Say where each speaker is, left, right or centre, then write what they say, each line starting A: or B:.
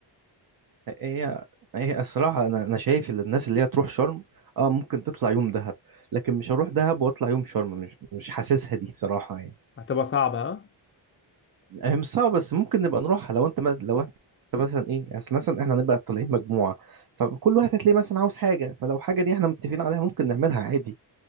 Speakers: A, on the right; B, on the left.
A: هي هي الصراحه انا انا شايف ان الناس اللي هي تروح شرم اه ممكن تطلع يوم دهب لكن مش هروح دهب واطلع يوم شرم مش مش حاسسها دي الصراحه يعني
B: هتبقى صعبة ها
A: هي مش صعبة بس ممكن نبقى نروحها لو انت مز... لو انت مثلا ايه يعني اصل مثلا احنا هنبقى طالعين مجموعة فكل واحد هتلاقيه مثلا عاوز حاجة فلو حاجة دي احنا متفقين عليها ممكن نعملها عادي